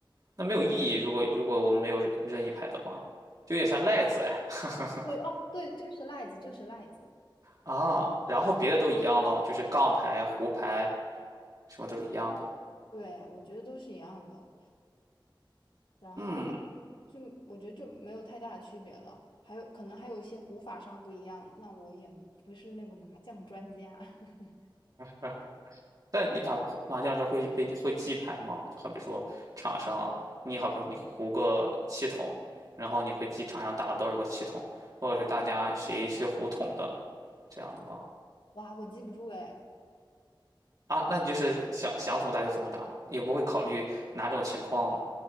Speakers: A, on the right; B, on the left.
A: 那没有意义。
B: 我们
A: 如果如果我们没有任任意牌的话，就有点像赖子哎。<laughs>
B: 对哦，对，就是赖子，就是赖子。
A: 啊，然后别的都一样咯，就是杠牌、胡牌什么都是一样的。
B: 对，我觉得都是一样的。然后呢，
A: 嗯，
B: 就我觉得就没有太大的区别了，还有可能还有一些胡法上不一样，那我也不是那个麻将专家，<laughs>
A: 啊但你打麻将的时候会被会记牌吗？就好比说场上，你好比说你胡个七筒，然后你会记场上打了多少个七筒，或者是大家谁是胡筒的，这样的吗？
B: 哇，我记不住哎，
A: 啊，那你就是想想怎么打就怎么打，也不会考虑哪种情况